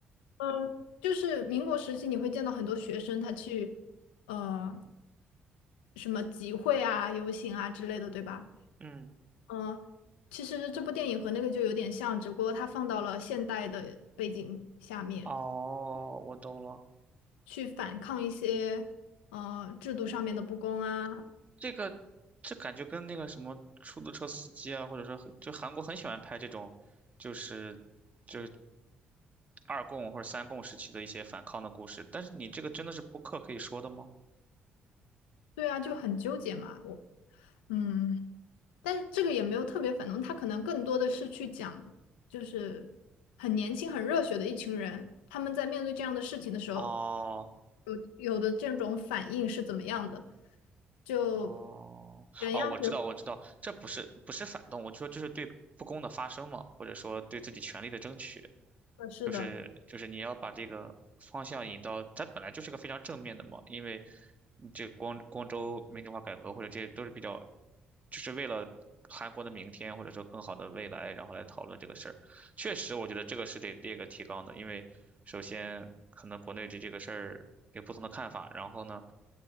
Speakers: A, on the left; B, on the right.
A: 嗯，就是民国时期，你会见到很多学生他去呃什么集会啊、游行啊之类的，对吧？
B: 嗯，
A: 嗯、其实这部电影和那个就有点像，只不过它放到了现代的背景下面
B: 哦，我懂了，
A: 去反抗一些呃制度上面的不公啊。
B: 这个这感觉跟那个什么出租车司机啊，或者说很就韩国很喜欢拍这种，就是就是二共或者三共时期的一些反抗的故事。但是你这个真的是播客可以说的吗？
A: 对啊，就很纠结嘛。我嗯。但是这个也没有特别反动，他可能更多的是去讲，就是很年轻、很热血的一群人，他们在面对这样的事情的时候，
B: 哦，
A: 有有的这种反应是怎么样的？就
B: 哦，
A: 人要学
B: 哦，我知道，我知道，这不是不是反动，我就说这是对不公的发声嘛，或者说对自己权利的争取。
A: 合适的，
B: 就是就是你要把这个方向引到，它本来就是个非常正面的嘛，因为这光光州民主化改革或者这些都是比较，就是为了韩国的明天或者说更好的未来，然后来讨论这个事儿。确实，我觉得这个是得列个提纲的，因为首先可能国内对这个事儿有不同的看法，然后呢。